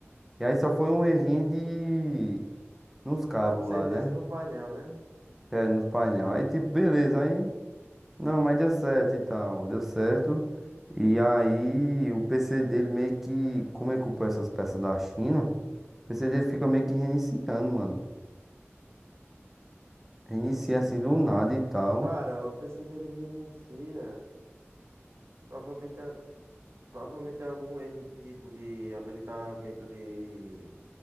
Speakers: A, in the centre; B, on the right (about 65°).
A: E aí só foi um errinho de... Nos cabos
B: Com certeza
A: lá, né?
B: no painel, né?
A: É, nos painel. Aí, tipo, beleza, aí. Não, mas deu certo e tal. Deu certo. E aí, o PC dele meio que. Como ele comprou essas peças da China, o PC dele fica meio que reiniciando, mano. Reinicia assim do nada e tal.
B: Cara, o PC dele reinicia. Provavelmente é, provavelmente é algum erro tipo de habilitamento de